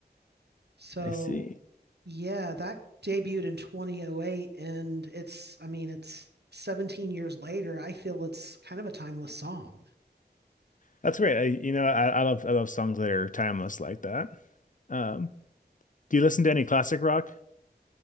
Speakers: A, on the right; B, on the left.
A: So
B: I see.
A: yeah, that debuted in 2008, and it's, I mean, it's 17 years later. I feel it's kind of a timeless song.
B: That's great. I, you know, I, I love I love songs that are timeless like that. Um, do you listen to any classic rock?